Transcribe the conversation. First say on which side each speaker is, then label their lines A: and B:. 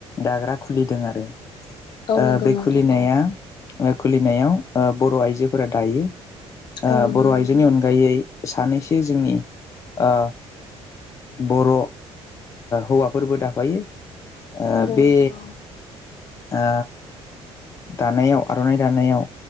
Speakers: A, on the left; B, on the left.
A: दाग्रा खुलिदों आरो
B: औ नंगौ
A: ओ बे
B: नोंथां
A: खुलिनाया
B: औ
A: आ खुलिनायाव ओ बर' आइजोफोरा दायो ओ
B: औ नंगौ
A: बर'
B: नोंथां
A: आइजोनि अनगायै सानैसो जोंनि ओ बर' हौवाफोरबो दाफायो आ
B: नंगौ
A: बे
B: नोंथां औ
A: आ दानायाव आर'नाइ दानायाव